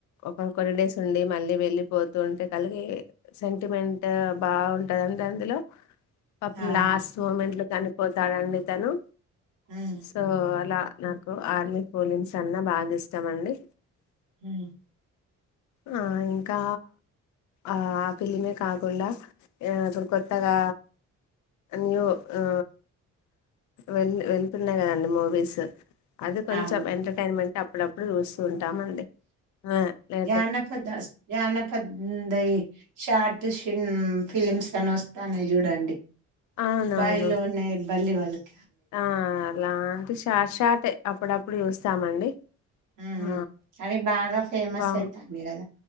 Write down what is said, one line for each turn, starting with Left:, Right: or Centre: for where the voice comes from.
Left: ఒక కొన్ని డేస్ ఉండి మళ్ళీ వెళ్ళిపోతుంటే కలిగే సెంటిమెంట్ బాగుంటదండి అందులో పాపం
Right: అవును
Left: లాస్ట్ మూమెంట్లో చనిపోతాడండి ఇతను
Right: ఉమ్
Left: సో అలా నాకు ఆర్మీ పోలిన్స్ అన్నా బాగ్ ఇష్టామండి
Right: హు
Left: ఆ ఇంకా ఆ ఆ ఫిలిమే కాకుండా యో ఇప్పుడు కొత్తగా న్యూ ఉ వెల్ వెళ్తున్నాయి కదండి మూవీస్ అది కొంచెం
Right: అవును
Left: ఎంటర్టైన్మెంట్ అప్పుడప్పుడు చూస్త ఉంటాండి ఉ లే
Right: జానపదాస్ జానపదై షార్ట్ షీన్ ఫమ్స్ తనోస్తాండే చూడండి
Left: అవునవును
Right: బయిలోనే బల్లి పలక్
Left: ఆ అలాంటి షార్ట్ షార్ట్ అప్పుడప్పుడు చూస్తామండి
Right: హ్మ హ్మ
Left: ఆ
Right: అవి బాగా ఫేమస్
Left: బా
Right: అయితానాయ్ కదా